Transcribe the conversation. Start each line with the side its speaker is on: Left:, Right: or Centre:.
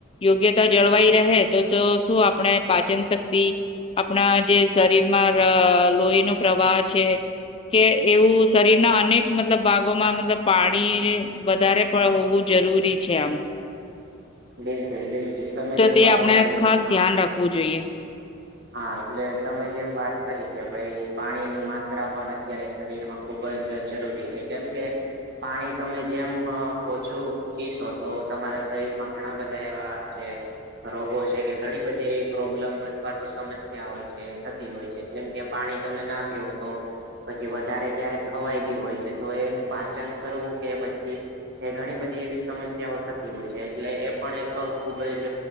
Left: યોગ્યતા જળવાઈ રહે તો તો શું આપણે પાચન શક્તિ આપણા જે શરીરમાં લોહી નો પ્રવાહ છે કે એવું શરીરના અનેક મતલબ ભાગોમાં મતલબ પાણી વધારે પણ હોવું જરૂરી છે આમ
Right: બિલકુલ બિલકુલ તમે
Left: તો
Right: જેમ
Left: તે
Right: વાત
Left: આપણે
Right: કરી
Left: ખાસ
Right: હા
Left: ધ્યાન રાખવું જોઈએ
Right: હા એટલે તમે જેમ વાત કરી કે ભાઈ પાણીની માત્રા પણ અત્યારે શરીરમાં ખૂબ જ જરૂરી છે કેમ કે પાણી તમે જેમ ઓછું પીશો તો તમારા શરીર માં ઘણા બધા એવા જે રોગો છે કે ઘણી બધી એ પ્રોબ્લેમ કાંતો સમસ્યા હોય છે થતી હોય છે જેમ કે પાણી તમે ના પીવો તો પછી વધારે ક્યારેક ખવાઈ ગયું હોય છે તો એનું પાચન કરવું કે પછી એ ઘણી બધી એવી સમસ્યાઓ થતી હોય છે એટલે એ પણ એક ખુબ જ